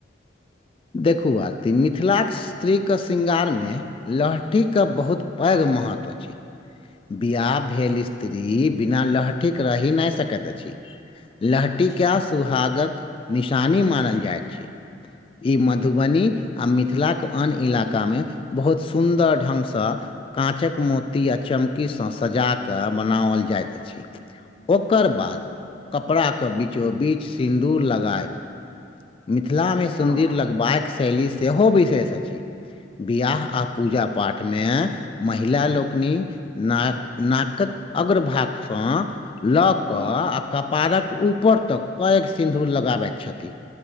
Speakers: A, on the left (about 30°); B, on the left (about 60°).
A: देखू आरती मिथिलाक स्त्रीेक श्रृंगार मे लह ठी क बहुत पैघ महत्व अछि बिआह भेल स्त्री बिना लहठीक रहि नहि सकैत अछि लहटिके
B: अच्छा
A: आ सुहागक निशानी मानल जाइत छै ई मधुबनी आ मिथिलाक आन इलाका मे बहुत सुन्दर ढंग सऽ काँचक मोती आ चमकीसँ सजा कऽ बनाओल जाइत अछि ओकर बाद कपड़ाक बीचो बीच सिन्दूर लगायब मिथिलामे सुन्दर
B: हँ
A: लगबाइक शैली सेहो विशेष अछि बिआह आ पूजा पाठमे महिला लोकनि ना नाकक अग्र भागसँ लऽ
B: हँ
A: कऽ आ कपारक ऊपर तक पैघ सिंन्दूर लगाबैत छथि